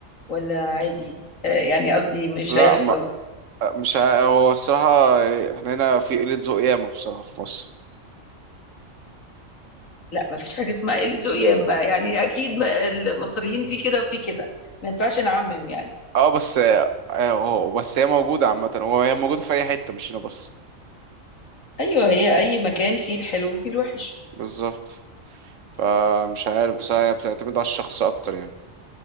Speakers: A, on the left; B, on the right.
A: ولا عادي اه يعني قصدي مش
B: لا
A: هيحصل
B: ما مش ع- هو الصراحة احنا هنا في قلة ذوق ياما بصراحة في مصر
A: لا ما فيش حاجة اسمها قلة ذوق يا اما يعني اكيد ما- المصريين في كده وفي كده ما ينفعش نعمم يعني
B: اه بس اه هو- بس هي موجودة عامة هو هي موجودة في أي حتة مش هنا بس
A: ايوه هي اي مكان فيه الحلو وفيه الوحش
B: بالظبط فمش عارف بس هي بتعتمد على الشخص أكتر يعني